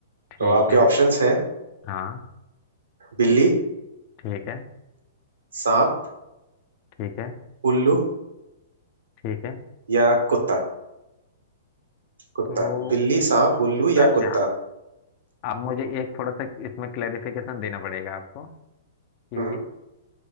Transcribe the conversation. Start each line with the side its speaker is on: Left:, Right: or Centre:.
Left: ठीक
Right: तो आपके
Left: है
Right: ऑप्शंस हैं
Left: हाँ
Right: बिल्ली
Left: ठीक है
Right: सांप
Left: ठीक है
Right: उल्लू
Left: ठीक है
Right: या कुत्ता कुत्ता
Left: तो
Right: बिल्ली सांप उल्लू या
Left: अच्छा
Right: कुत्ता
Left: अब मुझे एक थोड़ा सा इसमें क्लेरिफिकेशन देना पड़ेगा आपको कि
Right: हम्म।